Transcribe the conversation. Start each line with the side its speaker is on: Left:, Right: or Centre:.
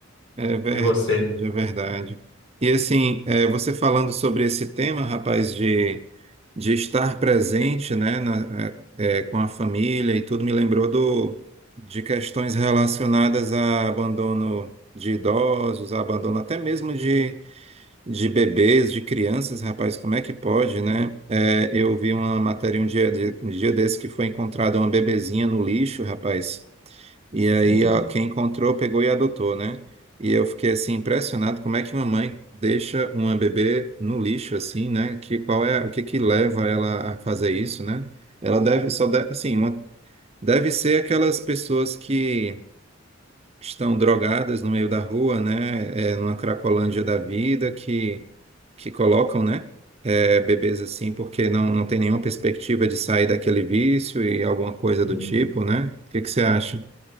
Right: É verdade,
Left: E você?
Right: é verdade. E assim, é, você falando sobre esse tema, rapaz, de, de estar presente, né, na- é, é, com a família e tudo, me lembrou do, de questões relacionadas a abandono de idosos, abandono até mesmo de de bebês, de crianças, rapaz, como é que pode, né? É, eu vi uma matéria um dia, de- um dia desse que foi encontrada uma bebezinha no lixo, rapaz, e aí
Left: Sim.
Right: ó, quem encontrou pegou e adotou, né? E eu fiquei assim impressionado como é que uma mãe deixa uma bebê no lixo assim, né? Que qual é o que que leva ela a fazer isso, né? Ela deve só deve, assim, uma, deve ser aquelas pessoas que estão drogadas no meio da rua, né? É, numa cracolândia da vida que, que colocam, né? É, bebês assim, porque não, não tem nenhuma perspectiva de sair daquele vício e alguma coisa
Left: Uhum.
Right: do tipo, né? O que que você acha?